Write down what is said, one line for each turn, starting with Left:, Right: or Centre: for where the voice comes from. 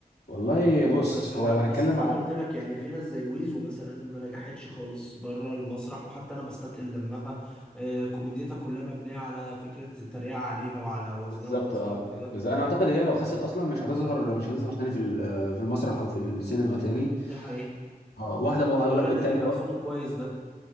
Left: والله بص
Centre: بس ب-
Left: هو لو هنتكلم
Centre: بس زي
Left: ع...
Centre: ما قلت لك يعني في ناس زي ويزو مثلا ما نجحتش خالص بره المسرح وحتى انا بستثقل دمها آه، كوميديتها كلها مبنيه على فكره التريقه عليها وعلى وزنها
Left: بالظبط
Centre: وجسمها
Left: اه
Centre: وكده
Left: بس انا اعتقد هي لو خست اصلا مش هتظهر مش هتظهر تاني في ال- في المسرح او في السينما تاني
Centre: دي حقيقه
Left: اه واحده بقى
Centre: والولد
Left: اقول لك والتانيه
Centre: اللي كان
Left: بقى
Centre: صوته كويس ده